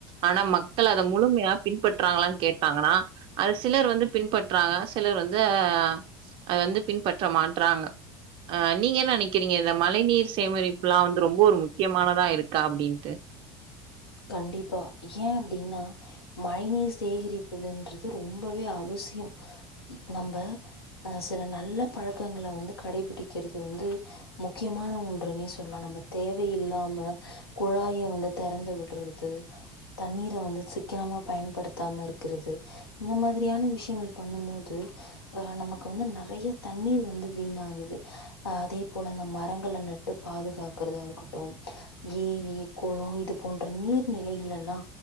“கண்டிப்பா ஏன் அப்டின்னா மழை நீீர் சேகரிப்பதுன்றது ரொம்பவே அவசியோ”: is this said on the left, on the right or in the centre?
Left